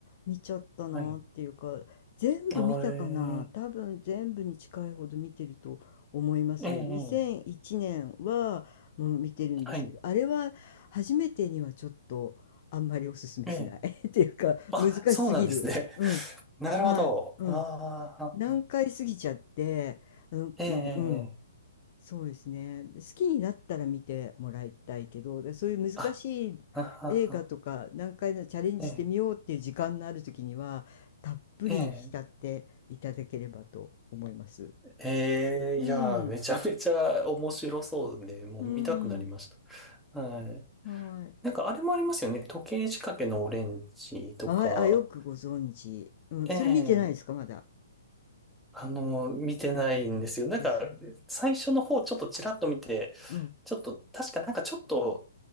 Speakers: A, on the left (about 40°); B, in the centre.
A: 見ちゃったなっていうか、
B: はい。
A: 全部見たかな。
B: あええ、
A: 多分全部に近いほど見てると思います。
B: ええ、
A: 2001年はもう見てるんですけど、
B: はい。
A: あれは初めてにはちょっとあんまりおすすめしない
B: ええ。
A: <laughs> っていうか、
B: あ、
A: 難しすぎる。
B: そうなんですね。<laughs>
A: うん。
B: なるほど。
A: はい。うん。
B: ああ、
A: 難解すぎちゃって、あの、
B: ええ、ええ、
A: うん。
B: ええ
A: そうですね。で好きになったら見てもらいたいけど、で、そういう難しい映画とか、
B: あ、あ、あ、あ
A: 何回もチャレンジしてみようっていう時間のある時には、
B: え
A: たっぷり浸っていただければと思います。
B: え、ええ。ええいやー、
A: うん。
B: めちゃめちゃ面白そうで、もう見たくなりまし
A: うん。
B: た。はい。
A: はい。
B: なんかあれもありますよね。時計仕掛けのオレンジとか。
A: ああ、よくご存知。うん。それ見てないですか、
B: ええ
A: まだ。
B: あの、見てないんですよ。なんか、
A: ですよね。
B: 最初の方ちょっとちらっと見て、
A: うん。
B: ちょっと、確かなんかちょっと、